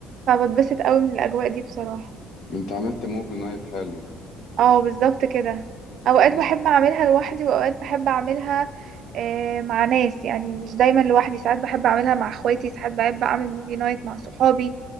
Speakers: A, on the right; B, on the left.
A: فبتبسط قوي من الاجواء دي بصراحة
B: انت عملت موفي نايت حلو
A: اه بالظبط كده اوقات
B: مم.
A: بحب اعملها لوحدي واوقات بحب اعملها آه، مع ناس يعني مش دايما لوحدي ساعات بحب اعملها مع اخواتي ساعات بحب اعمل موفي نايت مع صحابي